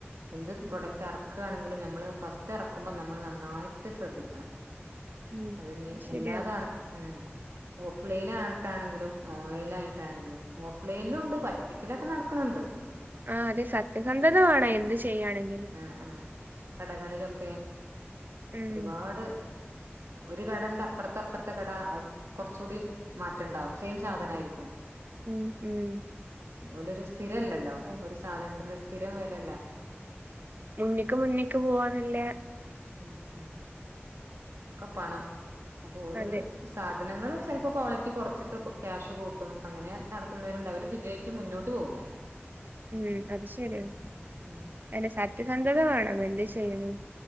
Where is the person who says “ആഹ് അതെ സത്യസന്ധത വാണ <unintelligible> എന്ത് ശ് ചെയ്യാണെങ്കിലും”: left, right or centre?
Right